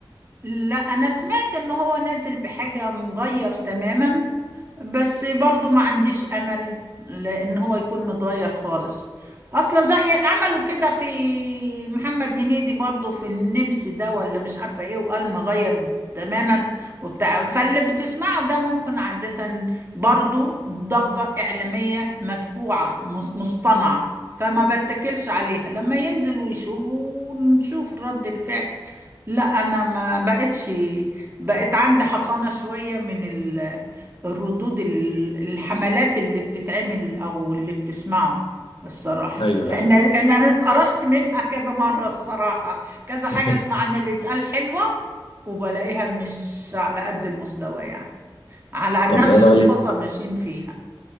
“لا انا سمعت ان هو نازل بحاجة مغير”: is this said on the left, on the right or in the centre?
Right